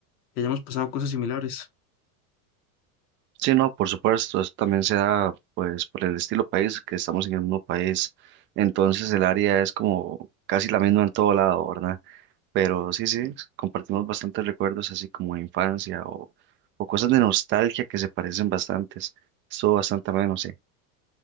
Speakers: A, on the left (about 80°); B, on the right (about 25°).
A: hayamos pasado cosas similares.
B: Sí, no, por supuesto, eso también se da pues por el estilo país, que estamos en el mismo país, entonces el área es como casi la misma en todo lado, ¿verdad? Pero sí, sí, compartimos bastantes recuerdos así como de infancia o, o cosas de nostalgia que se parecen bastantes, estuvo bastante ameno, sí.